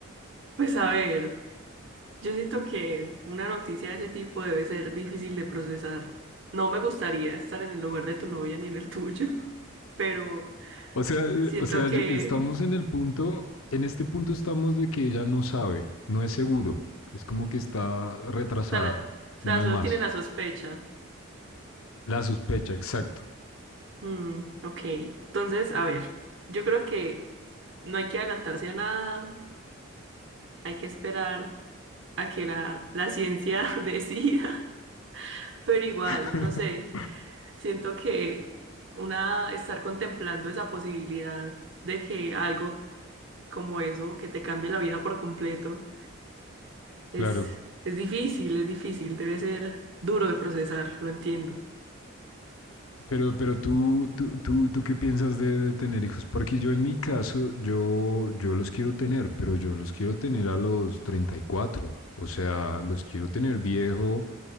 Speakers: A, on the right; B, on the left.
A: pues a ver, yo siento que una noticia de ese tipo debe ser difícil de procesar. No me gustaría estar en el lugar de tu novia ni en el tuyo, <laughs> pero
B: O sea, eh,
A: siento
B: o sea,
A: que,
B: yo- estamos en el punto, en este punto estamos de que ella no sabe, no es seguro, es como que está retrasada,
A: o sea, la- o sea,
B: no
A: solo
B: es más.
A: tiene la sospecha.
B: La sospecha, exacto.
A: Mm, ok, entonces, a ver, yo creo que no hay que adelantarse a nada, hay que esperar. a que la, la ciencia <laughs> decida, pero igual,
B: <laughs>
A: no sé, siento que una estar contemplando esa posibilidad de que algo como eso, que te cambie la vida por completo, es,
B: Claro.
A: es difícil, es difícil, debe ser duro de procesar, lo entiendo.
B: Pero, pero tú, tú, tú, tú qué piensas de, de tener hijos? Porque yo en mi caso, yo, yo los quiero tener, pero yo los quiero tener a los treinta y cuatro, O sea, los quiero tener viejo,